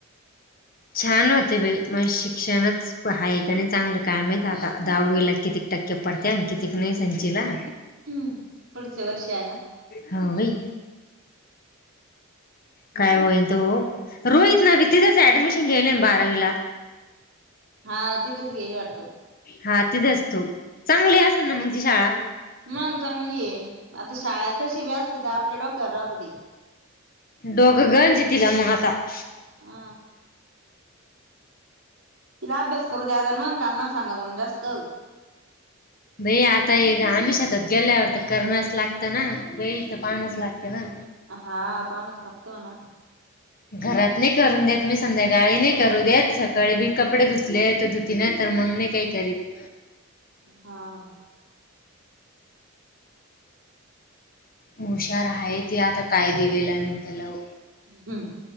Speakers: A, on the left; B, on the right.
A: छान होते बाई माझं शिक्षणच हाय की नाही चांगलं की आता दहावीला किती टक्के पडतात कितीकी नाही संचीला.
B: हम्म, पुढच वर्ष आहे ना?
A: हा वई. काय होईल तो रोहितला बी तिथच ऍडमिशन गेले मी बारावीला.
B: हा तिथच गेली वाटतं.
A: हा तिथेच तू चांगली
B: हम्म.
A: असेल ना म्हणजी शाळा.
B: मग चांगली आहे. आता शाळा कशीभी असली तर आपल्या डोक्यावर राहती.
A: दोघ <inaudible>
B: आ तिला अभ्यास करू द्याजण मग काम सांगा दोन जास्त.
A: बये आता आम्ही शेतात गेल्यावर करणच लागतं ना, बईथ पहाणच लागतं. ना
B: हा पाणस लागतो ना.
A: घरात नाही करून देत, मी संध्याकाळी नाही करू देत सकाळी बी कपडे धुले धुती नाही तर मग नाही काही करत.
B: <unintelligible> हां
A: हुशार आहे ती आता काय दिवे लावील कळल.
B: ह् हम्म.